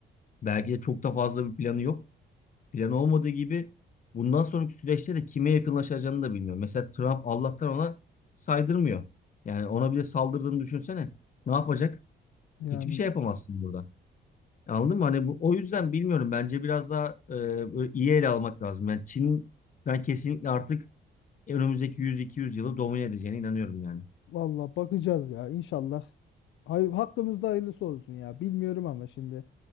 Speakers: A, on the left; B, on the left.
A: Belki de çok da fazla bir planı yok. Planı olmadığı gibi bundan sonraki süreçte de kime yakınlaşacağını da bilmiyor. Mesela Trump Allah'tan ona saydırmıyor. Yani ona bile saldırdığını düşünsene. Ne yapacak?
B: Yani
A: Hiçbir şey yapamazsın burada. Anladın mı? Hani bu o yüzden bilmiyorum. Bence biraz daha e, böyle iyi ele almak lazım. Yani Çin ben kesinlikle artık önümüzdeki 100-200 yılı domine edeceğine inanıyorum yani.
B: valla bakacağız ya inşallah. Hay hakkımızda hayırlısı olsun ya. Bilmiyorum ama şimdi